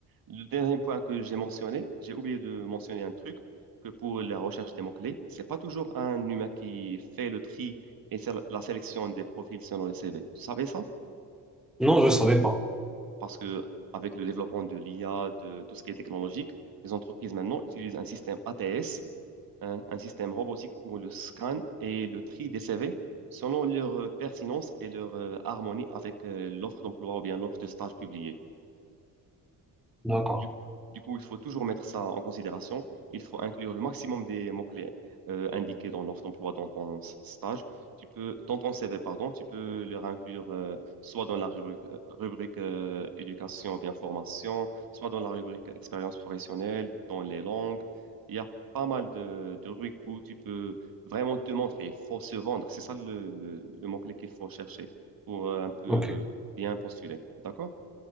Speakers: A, on the right (about 55°); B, in the centre.
A: Le dernier point que j'ai mentionné, j'ai oublié de mentionner un truc, que pour la recherche des mots-clés, c'est pas toujours un humain qui fait le tri et sé- la sélection des profils selon les CV. Tu savais ça?
B: non, je savais pas.
A: Parce que avec le développement de l'IA, de tout ce qui est technologique, les entreprises maintenant utilisent un système ATS un, un système robotique pour le scan et le tri des CV selon leur euh, pertinence et leur euh, harmonie avec euh, l'offre d'emploi ou bien l'offre de stage publiée.
B: D'accord.
A: Du, du coup, il faut toujours mettre ça en considération. Il faut inclure le maximum des mots-clés euh, indiqués dans l'offre d'emploi dans ton s- stage. Tu peux, dans ton CV, pardon, tu peux leur inclure euh, soit dans la rubrique, euh, rubrique euh, éducation ou bien formation, soit dans la rubrique expérience professionnelle, dans les langues. Il y a pas mal de, de rubriques où tu peux vraiment te montrer. Il faut se vendre. C'est ça le, le- le mot-clé qu'il faut chercher pour euh, un peu
B: Ok.
A: bien postuler. D'accord?